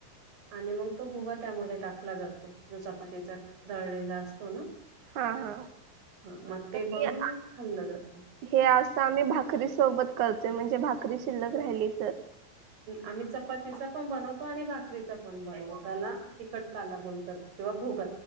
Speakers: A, on the right; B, on the right.
A: आणि मग तो भुगा त्यामध्ये टाकला जातो, जो चपातीचा दळलेला असतो ना.
B: हा हा!
A: म ते बनून
B: हे आ
A: खाल्लं जात.
B: हे असं आम्ही भाकरी सोबत करतोय, म्हणजे भाकरी शिल्लक राहिली तर.
A: आम्ही चपातीचा पण बनवतो, आणि भाकरीचा पण बनवतो, त्यांला तिखटकाला बोलतात. किंवा भुगा